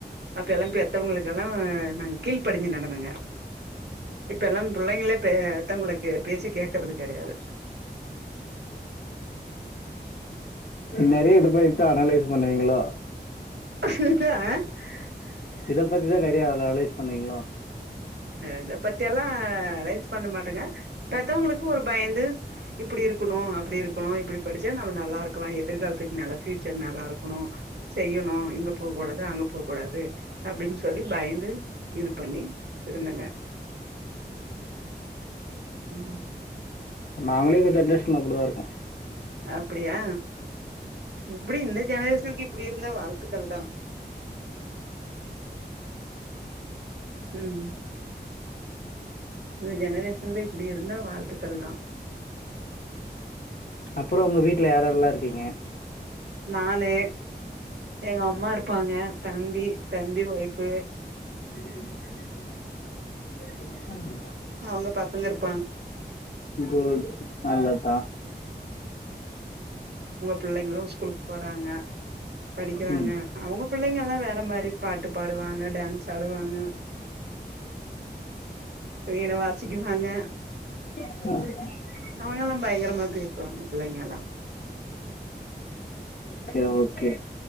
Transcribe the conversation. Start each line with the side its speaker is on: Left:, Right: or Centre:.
Right: அப்பலாம் பெத்தவங்களுக்கெலாம் கீழ்படிஞ்சு நடந்துங்க இப்பலாம் புள்ளங்களே பெத்தவங்க பேச்சி கேக்குறது கெடையாது
Left: நெறைய இதபத்தி தான் அனலைஸ் பண்ணுவீங்களோ
Right: <unintelligible>
Left: இத பத்திதான் நெறைய அனலைஸ் பண்ணீங்களோ
Right: இத பத்திலாம் அனலைஸ் பண்ணமாடேங்க பெத்தவங்களுக்கு ஒரு பயந்து இப்படி இருக்கணும் அப்படி இருக்கணும் இப்படி படிச்சா நம்ம நல்லா இருக்கலாம் எதிர்காலத்துக்கு நல்லா ஃபியூச்சர் நல்லா இருக்கணும் செய்யணும் இங்க போக கூடாது அங்க போகக்க கூடாது அப்டின் சொல்லி பயந்து இது பண்ணி இருந்தங்க உம்
Left: நாங்களே இந்த ஜென்ரேஷன் அப்டிதான் இருப்போம்
Right: அப்டியா இப்டி இந்த ஜெனரேஷனுக்கு இப்டி இருந்தா வாழ்த்துக்கள் தான் உம் இந்த ஜெனரேஷன்ல இப்டி இருந்தா வாழ்த்துக்கள் தான்
Left: அப்றம் உங்க வீட்ல யாரெல்லாம் இருக்கீங்க
Right: நானு எங்க அம்மா இருப்பாங்க தம்பி தம்பி ஓயிஃபு
Left: உம் <inaudible> ம்
Right: அவுங்க பசங்க இருப்
Left: கோல் அவ்ளதா
Right: புள்ளைங்களு ஸ்கூல் போறாங்க படிக்கிறாங்க
Left: ம்
Right: அவங்க பிள்ளைங்கல்லா வேற மாரி பாட்டு பாடுவாங்க டான்ஸ் ஆடுவாங்க வீண வாசிக்குவாங்க
Left: ம்
Right: அவங்கல்லா பயங்கரமா பேசுவாங்க புள்ளைங்கல்லா
Left: ஓகே ஓகே